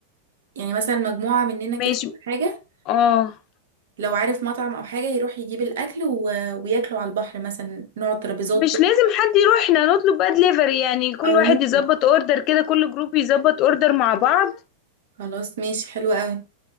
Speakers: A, on the right; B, on the left.
A: يعني مثلا مجموعة مننا كده
B: ماشي
A: ولا حاجة
B: اه
A: لو عارف مطعم او حاجة يروح يجيب الاكل و... وياكلوا على البحر مثلا نقعد ترابيزات
B: مش
A: كده
B: لازم حد يروح احنا نطلب بقى دليفري يعني كل
A: او
B: واحد
A: نطلب
B: يظبط اوردر كده كل جروب يظبط اوردر مع بعض
A: خلاص ماشي حلو قوي